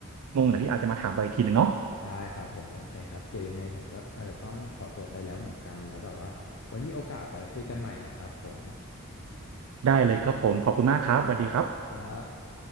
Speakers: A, on the right (about 75°); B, on the left (about 60°).
A: งงเดี๋ยวพี่อาจจะมาถามเราอีกทีหนึ่งเนาะ
B: ได้ครับผมโอเคครับเดี๋ยวยังไงผมก็อาจจะต้องขอตัวไปแล้วเหมือนกันแล้วแบบว่าไว้มีโอกาสไว้คุยกันใหม่นะครับผม
A: ได้เลยครับผมขอบคุณมากครับสวัสดีครับ
B: ครับ